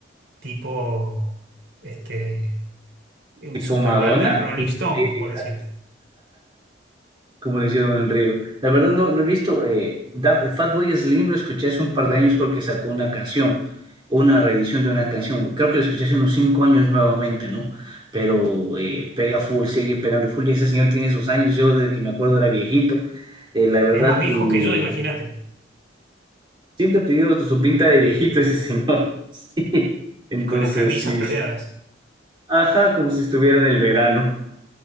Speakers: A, on the right; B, on the right.
A: tipo este,
B: Tipo
A: super
B: Madonna,
A: banda Rolling
B: tipo
A: Stones,
B: Lady
A: por decirte.
B: como lo hicieron en Río. La verdad no, no he visto, eh, Da- Fatboy Slim lo escuché hace un par de años porque sacó una canción, una reedición de una canción. Creo que lo escuché hace unos cinco años nuevamente, ¿no? Pero eh, pega full, sigue pegando full y ese señor tiene sus años, yo desde que me acuerdo era viejito, eh, la verdad,
A: Es más viejo
B: y
A: que yo, imagínate.
B: siempre ha tenido su pinta de viejito ese señor. <laughs> Sí, entonces
A: y con las camisas
B: sí,
A: floreadas.
B: sí. ajá, como si estuviera en el verano,